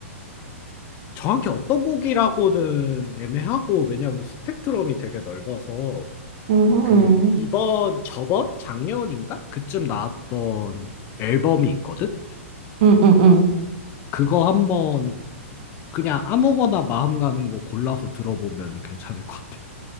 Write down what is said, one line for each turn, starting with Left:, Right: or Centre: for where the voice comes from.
Left: 정확히 어떤 곡이라고는 애매하고, 왜냐면 스펙트럼이 되게 넓어서,
Right: 음,
Left: 그 이번 저번 작년인가 그쯤 나왔던 앨범이 있거든.
Right: 음, 음, 음.
Left: 그거 한번 그냥 아무거나 마음 가는 거 골라서 들어보면 괜찮을 것 같아.